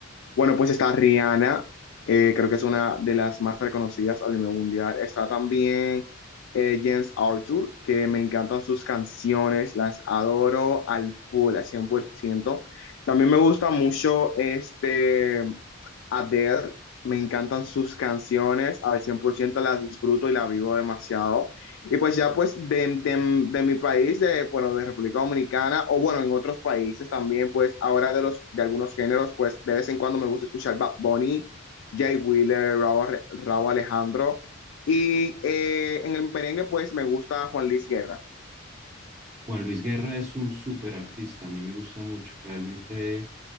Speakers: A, on the left (about 65°); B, on the right (about 30°).
A: Bueno, pues está Rihanna, eh, creo que es una de las más reconocidas a nivel mundial. Está también eh, James Arthur, que me encantan sus canciones, las adoro al full, al cien por ciento También me gusta mucho este. Adele, me encantan sus canciones, al 100% las disfruto y las vivo demasiado. Y pues ya pues de, de, de mi país, de, bueno, de República Dominicana, o bueno, en otros países también, pues ahora de, los, de algunos géneros, pues de vez en cuando me gusta escuchar Bad Bunny, Jay Wheeler, Raúl, Raúl Alejandro. Y eh, en el merengue, pues me gusta Juan Luis Guerra.
B: Juan Luis Guerra es un súper artista, a mí me gusta mucho, realmente